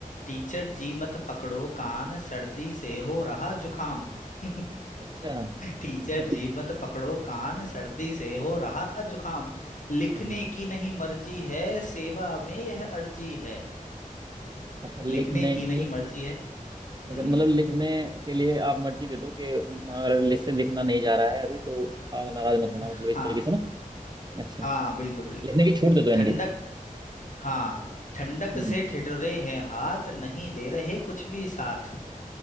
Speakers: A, on the left; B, on the right.
A: टीचर जी मत पकड़ो कान सर्दी से हो रहा जुकाम <laughs>
B: अच्छा
A: टीचर
B: हम्म
A: जी मत पकड़ो कान सर्दी से हो रहा जुकाम लिखने
B: हम्म,
A: की नहीं मर्जी है सेवा में यह अर्जी है
B: अच्छा लिखने
A: लिखने की नहीं
B: की
A: मर्जी है हम्म
B: अच्छा मतलब लिखने के लिए आप मर्जी दे दो कि हमारा लिस्ट से लिखना नहीं जा रहा है अभी तो आप नाराज मत होना मतलब
A: हाँ
B: इस तरीके से ना अच्छा
A: हाँ बिल्कुल बिल्कुल
B: लिखने की छूट दे दो यानी
A: ठंडक
B: कि
A: हाँ ठंडक
B: हम्म
A: से ठिठुरे हैं हाथ नहीं दे रहे कुछ भी साथ